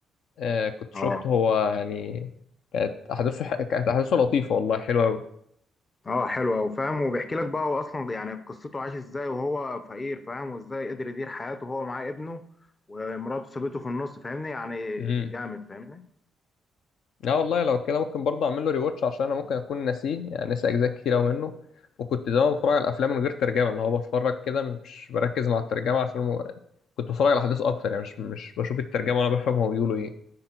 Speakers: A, on the left; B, on the left.
A: آه كنت
B: اه
A: شفت هو يعني كانت احداثه ح... كانت احداثه لطيفة والله حلوة قوي
B: اه حلو أوي، فاهم وبيحكي لك بقى هو اصلا يعني قصته عاش ازاي وهو فقير فاهم وازاي قدر يدير حياته وهو معاه ابنه ومراته سابته في النص فاهمني يعني
A: امم
B: جامد فاهمني
A: لا والله لو كده ممكن برضه اعمل له ريواتش عشان انا ممكن اكون ناسيه يعني ناسي اجزاء كتير قوي منه وكنت زمان بتفرج على الافلام من غير ترجمه اللي هو بتفرج كده مش بركز مع الترجمه عشان كنت بتفرج على احداث اكتر يعني مش مش بشوف الترجمه وانا بفهم هو بيقولوا ايه